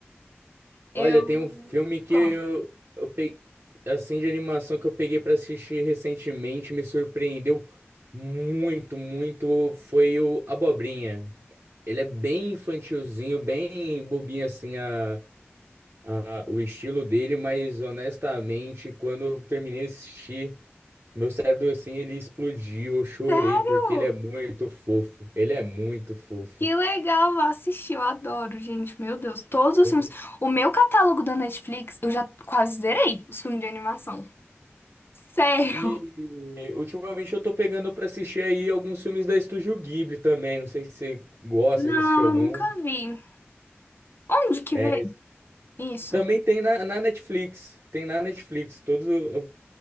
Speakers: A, on the left; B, on the right.
A: Eu.
B: Olha, tem um filme que
A: Qual?
B: eu, eu peguei, assim, de animação que eu peguei pra assistir recentemente, me surpreendeu muito, muito, foi o Abobrinha. Ele é bem infantilzinho, bem bobinho, assim, a, a- o estilo dele, mas honestamente, quando eu terminei de assistir, meu cérebro, assim, ele explodiu, eu chorei,
A: Sério?
B: porque ele é muito fofo, ele é muito fofo.
A: Que legal, vou assistir, eu adoro, gente, meu Deus, todos
B: Ele-
A: os filmes. O meu catálogo da Netflix, eu já quase zerei os filmes de animação. Sério?
B: E E, ultimamente eu tô pegando pra assistir aí alguns filmes da Estúdio Ghibli também. Não sei se você gosta,
A: Não,
B: já assistiu alguns.
A: eu nunca vi. Onde que
B: É,
A: vê isso?
B: também tem na, na Netflix. Tem na Netflix. Todos. Eu